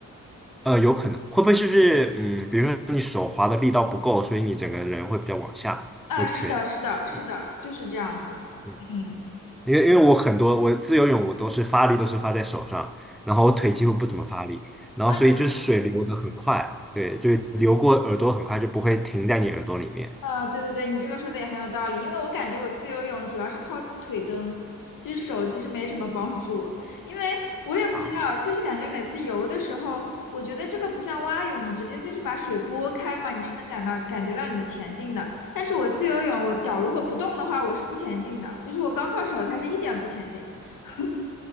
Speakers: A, in the centre; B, on the left.
A: 呃，有可能会不会就是嗯，比如说你手滑的力道不够，所以你整个人会比较往下，
B: 啊，
A: 我也不确定。
B: 是的，是的，是的，
A: 嗯
B: 就是这样子。
A: 嗯
B: 嗯。
A: 因为因为我很多我自由泳我都是发力都是发在手上，然后我腿几乎不怎么发力，然后所以就是水流的很快，
B: 啊，你
A: 对，就流过耳朵很快就不会停在你耳朵里面
B: 啊，对对对，你这个说的也很有道理，因为我感觉我自由泳主要是靠腿蹬，就是手其实没什么帮助，因为我也不知道，
A: 啊，
B: 就是感觉每次游的时候，我觉得这个不像蛙泳，你直接就是把水拨开嘛，你是能感到感觉到你的前进的，但是我自由泳，我脚如果不动的话，我是不前进的，就是我光靠手，它是一点不前进，<laughs> 我